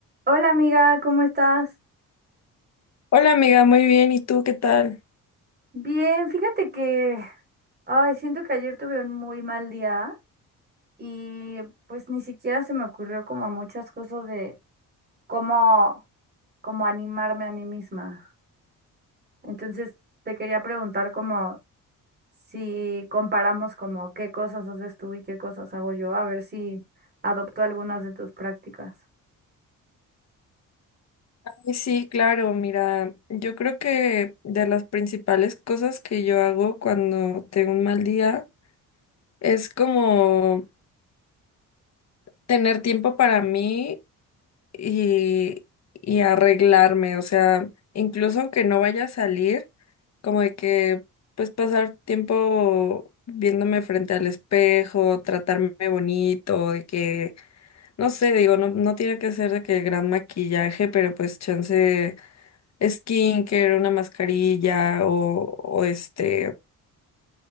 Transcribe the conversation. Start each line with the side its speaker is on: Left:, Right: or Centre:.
Right: Hola amiga, ¿cómo estás?
Left: Hola amiga, muy bien. ¿Y tú qué tal?
Right: Bien, fíjate que, ay, siento que ayer tuve un muy mal día y pues ni siquiera se me ocurrió como muchas cosas de cómo, cómo animarme a mí misma. Entonces te quería preguntar como si comparamos como qué cosas haces tú y qué cosas hago yo, a ver si adopto algunas de tus prácticas.
Left: Ay, Sí, claro, mira, yo creo que de las principales cosas que yo hago cuando tengo un mal día es como tener tiempo para mí y, y arreglarme, o sea, incluso aunque no vaya a salir, como de que pues pasar tiempo viéndome frente al espejo, tratarme bonito, de que, no sé, digo, no, no tiene que ser de que gran maquillaje, pero pues chance skincare, una mascarilla o, o este,